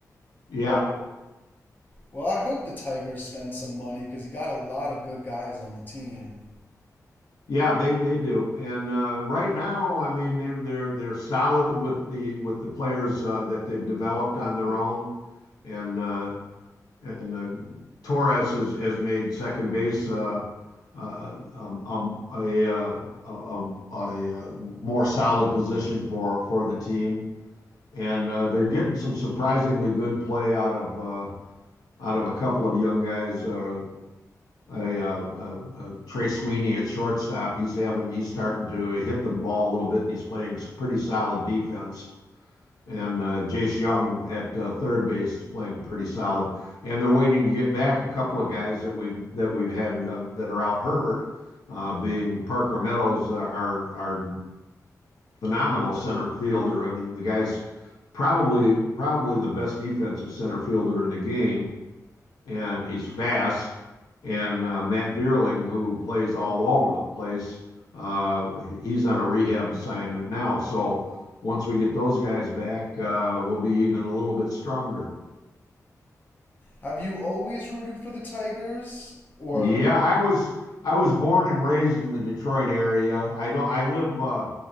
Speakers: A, on the left; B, on the left.
A: Yeah,
B: but Well, I hope the Tigers spend some money because you got a lot of good guys on the team.
A: yeah, they they do. And uh, right now, I mean, they're they're they're solid with the with the players uh, that they've developed on their own. And uh, and uh, Torres has has made second base uh, uh, um, um, a, uh, a, a a uh, more solid position for for the team. and uh, they're getting some surprisingly good play out of uh, out of a couple of young guys. Uh, a, uh, uh, uh, Trey Sweeney at shortstop, he's having he's starting to hit the ball a little bit, and he's playing pretty solid defense. And uh, Jace Young at uh, third base is playing pretty solid. And they're waiting to get back a couple of guys that we've that we've had uh, that are out hurt, uh, being Parker Meadows, uh, our our phenomenal center fielder. I mean, the guy's probably probably the best defensive center fielder in the game, and he's fast. And uh, Matt Vierling, who plays all over the place, uh, he's on a rehab assignment now. So once we get those guys back, uh, we'll be even a little bit stronger.
B: Have you always rooted for the Tigers? Or,
A: Yeah, I was I was born and raised in the Detroit area. I don't I live uh